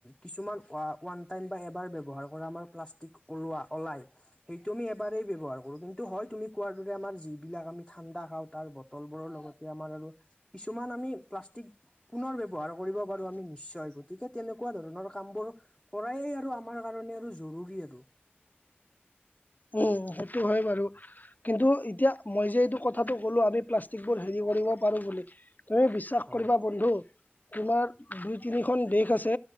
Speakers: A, in the centre; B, on the left.
A: কিছুমান ওৱা ওৱান টাইম বা এবাৰ ব্যৱহাৰ কৰা আমাৰ প্লাষ্টিক ওলোৱা অলাই সেইটো আমি এবাৰেই ব্যৱহাৰ কৰোঁ কিন্তু হয় তুমি কোৱাৰ দৰে আমাৰ যিবিলাক আমি ঠাণ্ডা খাওঁ তাৰ ব টল বোৰৰ লগতে আমাৰ আৰু কিছুমান আমি প্লাষ্টিক পোনৰ ব্যৱহাৰ কৰিব, পাৰো আমি নিশ্চয় গতিকে তেনেকুৱা ধৰণৰ কাম বোৰ, কৰাই আৰু আমাৰ কাৰণে আৰু জৰুৰী আৰু
B: উম সেইটো হয় বাৰু কিন্তু এতিয়া মই যে এইটো কথাটো ক'লো আমি প্লাষ্টিক বোৰ হেৰি কৰিব পাৰো বুলি ত এই বিছ শ্বাস
A: হয়
B: কৰিবা বন্ধু তোমাৰ দুই তিনিখন দেশ আছে,